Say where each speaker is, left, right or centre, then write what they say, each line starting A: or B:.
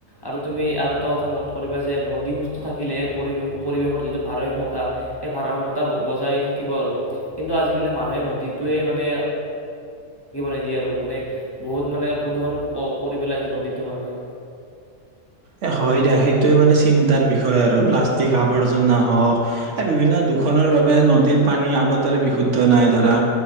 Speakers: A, on the left; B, on the right.
A: আৰু তুমি আৰু এটা কথা মন কৰিবা যে নদী থাকিলে পৰিৱেশ পৰিৱেশৰ যিটো ভাৰসাম্যতা সেই ভাৰসাম্যতা বজাই থাকিব আৰু কিন্তু আজিকালি মানুহে নদীটোৱেই মানে অ <unintelligible> <unintelligible> আৰু মানে বহুত মানে প্ৰদূষণ ক - কৰি পেলাইছে নদীত। <unintelligible>
B: এ হয় দে সেই টোৱে মানে চিন্তাৰ বিষয় আৰু প্লাষ্টিক আৱৰ্জনা হওক এই বিভিন্ন দূখনৰ বাবে নদীৰ পানী আগৰ দৰে বিশুদ্ধ নাই ধৰা,